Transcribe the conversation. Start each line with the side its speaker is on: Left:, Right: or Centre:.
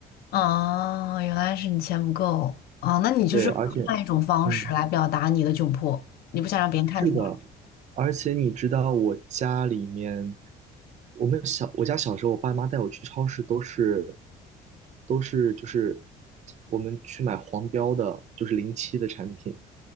Left: 啊，原来是你钱不够啊，那你就是换一种方式来表达你的窘迫，
Right: 对，而且。嗯。
Left: 你不想让别人看出来。
Right: 是的，而且你知道，我家里面，我们小，我家小时候，我爸妈带我去超市都是，都是就是我们去买黄标的，就是零七的产品，